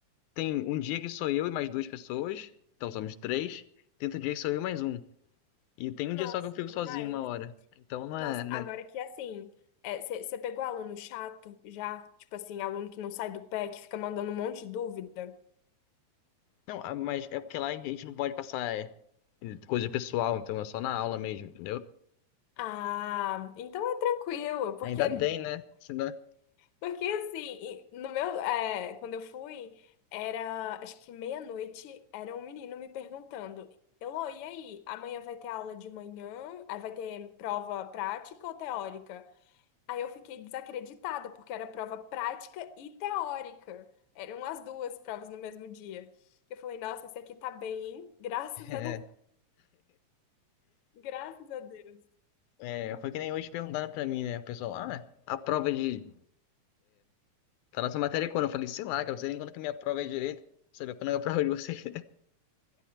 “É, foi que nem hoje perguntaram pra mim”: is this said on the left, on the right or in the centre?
Left